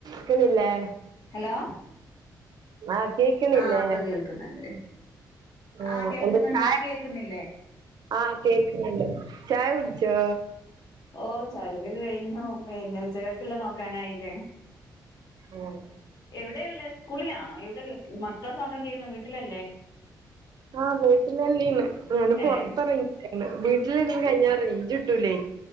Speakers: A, on the right; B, on the left.
A: ക്കുന്നില്ലേ
B: hello
A: ആ കേക്കുന്നില്ലേ
B: ആഹ് ഇപ്പൊ കേൾക്കുന്നുണ്ട്
A: ആ
B: ആഹ് കേൾക്കുന്നുണ്ട്
A: എന്താ ചായ
B: അവിടക്ക് കേൾക്കുന്നില്ലേ
A: ആ കേക്കണണ്ട് ചായ കുടിച്ചോ
B: ഓ ചായുടിയൊക്കെ ക കഴിഞ്ഞു പിന്നെ ഉച്ചകക്കുള്ള നോക്കാനായില്ലേ
A: ആഹ്
B: എവിടെയുള്ളെ സ്കൂളിലാണോ എവിടെ എക്‌മ ട്ട്യാളെ സൗണ്ടൊക്കെ കേക്കണ് വീട്ടിലല്ലേ
A: ആ പോയിട്ടില്ലേ ലീവ്ന്ന് ഞാന് പൊറത്തിറങ്ങിക്കാണ്
B: ഏ
A: വീ ള്ളിലിരുന്ന് കഴിഞ്ഞ റേഞ്ച് ട്ടൂലെ